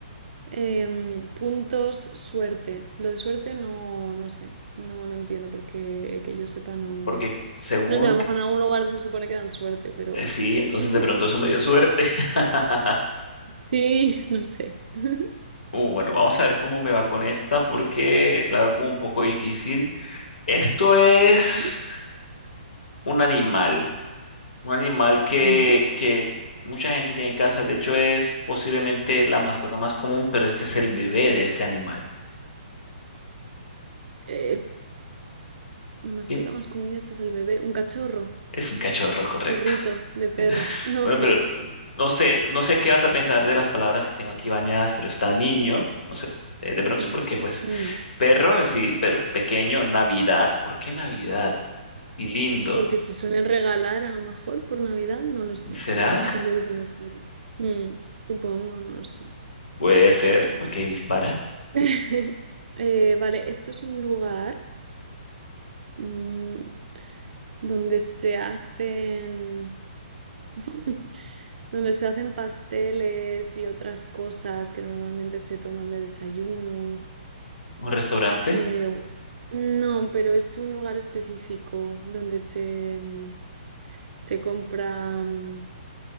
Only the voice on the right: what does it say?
Em, puntos, suerte. Lo de suerte no, no sé, no, no entiendo porque eh, que yo sepa no...
No sé, a lo mejor en algún lugar se supone que dan suerte, pero...
Ujú,
Sí, <laughs> no sé. <laughs>
Ujú.
Ujú.
Eh, la mascota
más común es el bebé, un cachorro,
cachorrito
de perro. <laughs>
Ok.
Mm,
mm.
Porque se suelen regalar a lo mejor por Navidad, no lo sé.
Es lo que se me ocurre. Mm, supongo, no lo sé.
<laughs> Eh, vale, esto es un lugar mm, donde se hacen <laughs> donde se hacen pasteles y otras cosas que normalmente se toman de desayuno.
Eh, u- no, pero es un lugar específico donde se, mm, se compra mm,